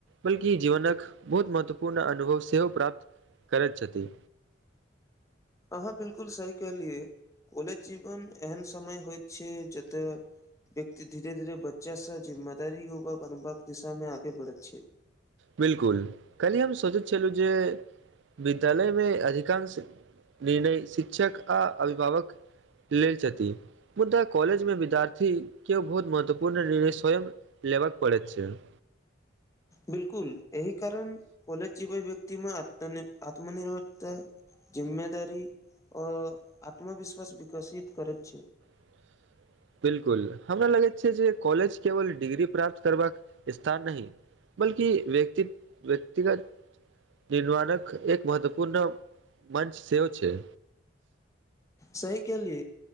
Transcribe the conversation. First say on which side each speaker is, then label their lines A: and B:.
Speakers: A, on the right; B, on the left.
A: बल्कि जीवनक बहुत महत्वपूर्ण अनुभव सेहो प्राप्त करैत छथि
B: अहाँ बिलकुल सही कहलियए कॉलेज जीवन एहन समय होइ छै जत व्यक्ति धीरे धीरे बच्चा स जिम्मेदारी युवक अनुबाकबाक दिशामे आगे बढ़ैत छै
A: बिलकुल काली हम सोचैत छलहुँ जे विद्यालय मे अधिकांश निर्णय शिक्षक आ अभिभावक लेल छथिति मुदा कॉलेजमे विद्यार्थीक के बहुत महत्वपूर्ण निर्णय स्वयं लेबय पड़ैत छै <inaudible>
B: बिलकुल एहि कारण कॉलज जीवै व्यक्तिमे आत्मनिर्भरता जिम्मेदारी आ आत्मविश्वास विकसित करैत छै
A: ब बिलकुल हमरा लगैत छै जे कॉलेज केवल डिग्री प्राप्त करबाक स्थान नहि बल्कि व्यक्त व्यक्तिगत निर्माणक एक महत्वपूर्ण मञच सेव छै
B: साह कली